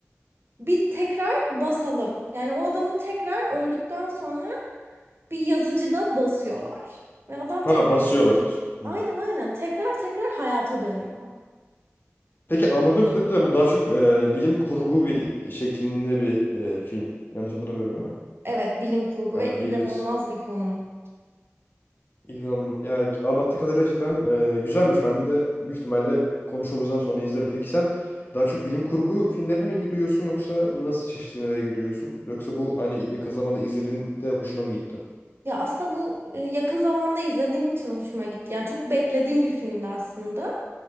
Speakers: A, on the right; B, on the left.
A: bir tekrar basalım. Yani o adamı tekrar öldükten sonra bir yazıcıda basıyorlar. Ve adam
B: Ha
A: tekrar
B: basıyorlar. Hmm.
A: Aynen aynen tekrar tekrar hayata dönüyor.
B: Peki anladığım kadarıyla bu daha çok e, bilim kurgu bir şeklinde bir e, film. Yanlış hatırlamıyorum değil mi?
A: Evet bilim kurgu
B: Yani
A: ve
B: diyebiliriz.
A: inanılmaz bir konu.
B: İlhan, yani anlattığı kadarıyla cidden e, güzelmiş. Ben de büyük ihtimalle konuşmamızdan sonra izlerim. Peki sen daha çok bilim kurgu filmlerine mi ilgi duyuyorsun yoksa nasıl çeşitli filmlere ilgi duyuyorsun? Yoksa bu hani yakın zamanda izlediğinde hoşuna mı gitti?
A: Ya aslında bu e, yakın zamanda izlediğim için hoşuma gitti. Yani çok beklediğim bir filmdi aslında.